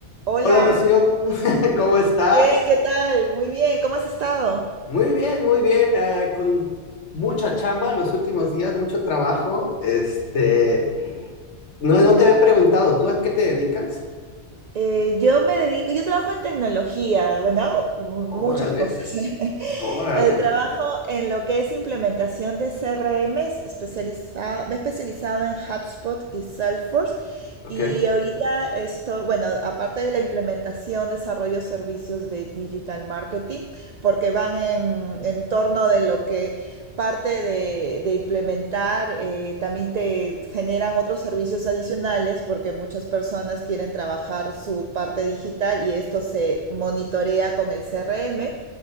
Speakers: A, on the right; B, on the left.
A: Hola,
B: Hola Rocío, <laughs> ¿cómo estás?
A: bien, ¿qué tal? Muy bien, ¿cómo has estado?
B: Muy bien, muy bien, eh, con mucha chamba los últimos días, mucho trabajo. Este, no, no te había preguntado, ¿tú a qué te dedicas?
A: Eh, yo me dedico, yo trabajo en tecnología, bueno, hago muchas
B: Órale,
A: cosas. <laughs>
B: órale,
A: Eh, trabajo en lo que es implementación de CRMs, especializado, me he especializado en Hotspot y Salesforce.
B: ok.
A: Y ahorita esto, bueno, aparte de la implementación, desarrollo servicios de digital marketing, porque van en, en torno de lo que parte de, de implementar, eh, también te generan otros servicios adicionales porque muchas personas quieren trabajar su parte digital y esto se monitorea con el CRM.